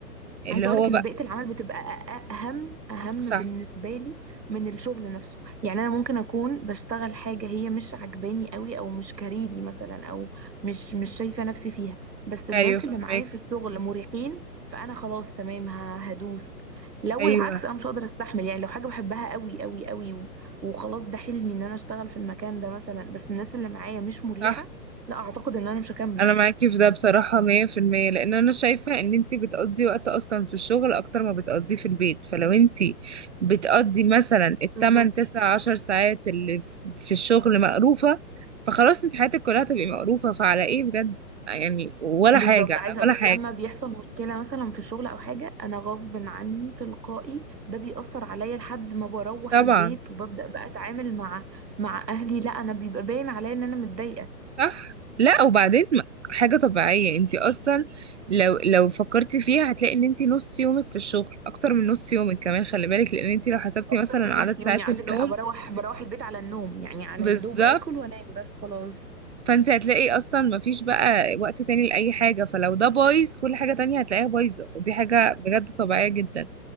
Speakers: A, on the right; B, on the right.
A: اللي
B: عايزه اقول
A: هو
B: لك ان
A: بقى
B: بيئه العمل بتبقى أ- أ- اهم اهم
A: صح
B: بالنسبه لي من الشغل نفسه يعني انا ممكن اكون بشتغل حاجه هي مش عجباني قوي او مش كاريري مثلا او مش مش شايفه نفسي فيها بس الناس
A: أيوة فاهمك
B: اللي معايا في الشغل مريحين فانا خلاص تمام ه- هدوس لو
A: أيوة
B: العكس انا مش هقدر استحمل يعني لو حاجه بحبها قوي قوي قوي و- وخلاص ده حلمي ان انا اشتغل في المكان ده مثلا بس الناس اللي معايا مش مريحه
A: صح
B: لا اعتقد ان انا مش هكمل
A: انا معاكي في ده بصراحة 100% لان انا شايفة ان انتي بتقضي وقت اصلا في الشغل اكتر ما بتقضيه في البيت فلو انتي بتقضي مثلا التمن
B: بالظبط
A: تسع عشر ساعات اللي في الشغل مقروفة فخلاص انت حياتك كلها تبقي مقروفة فعلى ايه بجد يعني ولا
B: بالظبط
A: حاجة على
B: عايزه اقول
A: ولا
B: لك
A: حاجة
B: لما بيحصل مشكله مثلا في الشغل او حاجه انا غصب عني تلقائي ده بيأثر عليا لحد ما بروح
A: طبعا
B: البيت وببدأ بقى اتعامل مع مع اهلي لا انا بيبقى باين عليا ان انا متضايقه
A: صح لا وبعدين م- حاجة طبيعية انتي اصلا لو لو فكرتي فيها هتلاقي ان انتي نص يومك في الشغل اكتر من نص يومك كمان خلي بالك لان انتي لو حسبتي
B: اكتر
A: مثلا
B: من
A: عدد
B: نص يومي
A: ساعات
B: على
A: النوم
B: فكره بروح بروح البيت على النوم يعني على
A: بالظبط
B: يا دوب اكل وانام بس خلاص
A: فانت هتلاقي اصلا مفيش بقى وقت تاني لاي حاجه فلو ده بايظ كل حاجه تانية هتلاقيها بايظه ودي حاجه بجد طبيعيه جدا